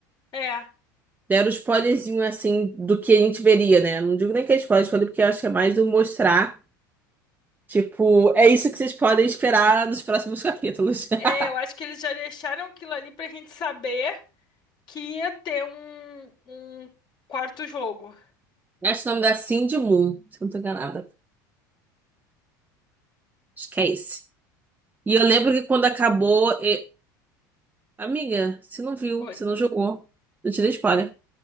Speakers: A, on the left (about 45°); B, on the right (about 15°).
A: É.
B: deram um spoilerzinho assim do que a gente veria, né? Não digo nem que é spoiler, spoiler porque eu acho que é mais do mostrar. Tipo, é isso que vocês podem esperar nos próximos capítulos. <laughs>
A: É, eu acho que eles já deixaram aquilo ali pra gente saber que ia ter um, um quarto jogo.
B: Acho que o nome da Cindy Moon, se eu não tô enganada. Acho que é esse. E eu lembro que quando acabou. e- Amiga, você não viu,
A: Foi.
B: você não jogou. Eu te dei spoiler.